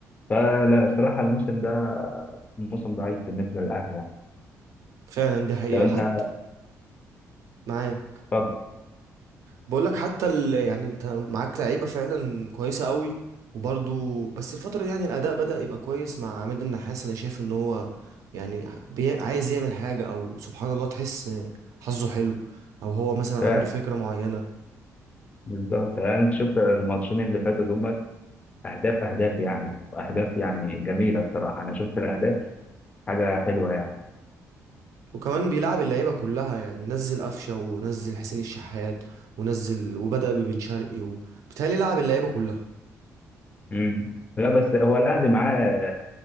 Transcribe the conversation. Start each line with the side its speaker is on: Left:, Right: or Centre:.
Left: فلا الصراحة الموسم ده موسم ضعيف بالنسبة للأهلي يعني
Right: فعلا دي حقيقة
Left: طب أنت
Right: حتى معاك
Left: اتفضل
Right: بقول لك حتى ال... يعني انت معاك لعيبة فعلا كويسة قوي وبرضو بس الفترة دي يعني الأداء بدأ يبقى كويس مع عماد النحاس أنا شايف إن هو يعني بي... عايز يعمل حاجة أو سبحان الله تحس حظه حلو أو هو مثلا
Left: فعلا
Right: عنده فكرة معينة
Left: بالظبط يعني أنت شفت الماتشين اللي فاتوا دول أهداف أهداف يعني أهداف يعني جميلة الصراحة أنا شفت الأهداف حاجة حلوة يعني
Right: وكمان بيلعب اللعيبة كلها يعني نزل قفشة ونزل حسين الشحات ونزل وبدأ ببن شرقي وبالتهيألي لعب اللعيبة كلها
Left: مم. لا بس هو الأهلي معاه